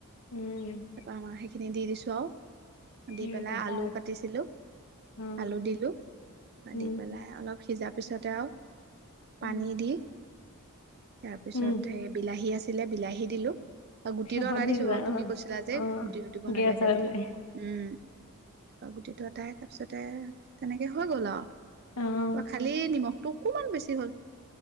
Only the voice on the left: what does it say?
উম,
উম,
তাৰপা
অ',
উম,
উম।
উম,
শেষত
দি
দিলা
অ',
অ',
গেছ
হয়
বোলে
অ',